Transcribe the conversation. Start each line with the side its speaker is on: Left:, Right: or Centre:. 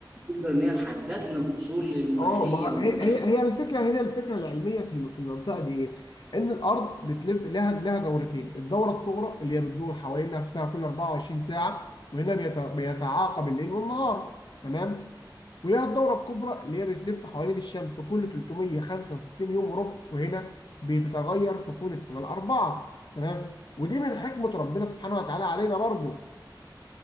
Right: تقدر ان هي تحدد لنا الفصول المناخيه
Left: اه ما
Right: والمناخ
Left: هي هي هي الفكره هنا الفكره العلميه في الم- في المنطقه دي ايه؟ ان الارض بتلف لها لها دورتين، الدوره الصغرى اللي هي بتدور حوالين نفسها كل 24 ساعه وهنا بيت- بيتعاقب الليل والنهار تمام؟ ولها الدوره الكبرى اللي هي بتلف حوالين الشمس كل 365 يوم وربع وهنا بتتغير فصول السنه الاربعه تمام؟ ودي من حكمه ربنا سبحانه وتعالى علينا برضو